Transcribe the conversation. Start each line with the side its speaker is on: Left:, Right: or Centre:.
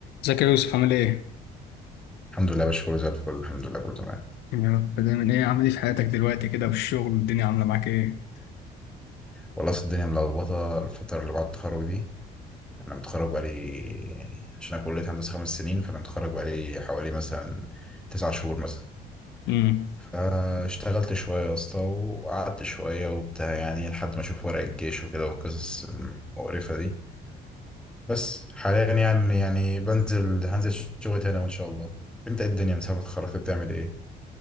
Left: ازيك يا يوسف عامل ايه؟
Centre: الحمد لله يا باشا كله زي الفل الحمد لله كله تمام
Left: يا رب دايما ايه عامل ايه في حياتك دلوقتي كده وفي الشغل الدنيا عامله معاك ايه؟
Centre: والله أصل الدنيا ملخبطه الفتره اللي بعد التخرج دي انا متخرج بقالي عشان انا كليه هندسه خمس سنين فانا متخرج بقالي حوالي مثلا تسع شهور مثلا
Left: امم
Centre: فاشتغلت شويه يا اسطى وقعدت شويه وبتاع يعني لحد ما اشوف ورق الجيش وكده والقصص المقرفه دي بس حاليا يعني يعني بنزل هنزل شغل تاني وان شاء الله انت إيه الدنيا من ساعه ما اتخرجت بتعمل ايه